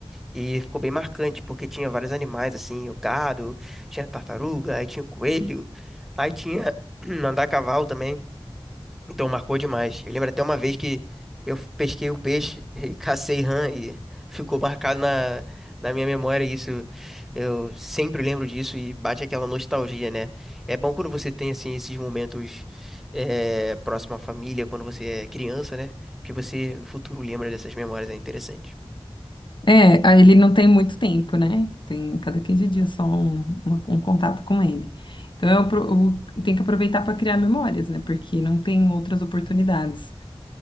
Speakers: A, in the centre; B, on the left (about 55°).
A: e ficou bem marcante porque tinha vários animais assim, o gado, tinha tartaruga, aí tinha o coelho, aí tinha <clears throat> andar a cavalo também. Então marcou demais. Eu lembro até uma vez que eu pesquei um peixe <laughs> e cacei rã e ficou marcado na, na minha memória. e Isso eu sempre lembro disso e bate aquela nostalgia, né? É bom quando você tem assim esses momentos eh, próximo à família, quando você é criança, né? Que você no futuro lembra dessas memórias, é interessante.
B: É, a- ele não tem muito tempo, né? Tem cada 15 dias só um, uma- um contato com ele. Então, eu, pro- eu tenho que aproveitar para criar memórias, né? Porque não tem outras oportunidades.